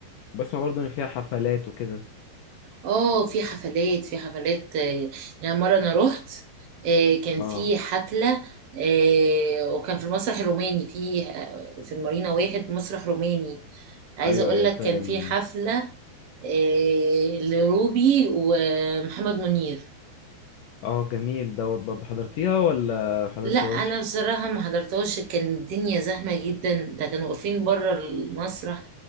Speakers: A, on the left; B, on the right.
A: بسمع برضو ان فيها حفلات وكده
B: اه في حفلات في حفلات آه، يعني مرة انا رحت آه، كان في
A: اه
B: حفلة آه، وكان في المسرح الروماني في آه، في المارينا واحد مسرح روماني عايزة
A: ايوه
B: اقول
A: ايوه
B: لك
A: فاهم
B: كان في حفلة آه، لروبي ومحمد منير
A: اه جميل دوت برضو حضرتيها ولا حضرتيهاش
B: لا انا بصراحه ما حضرتهاش كان الدنيا زحمه جدا ده كانوا واقفين بره المسرح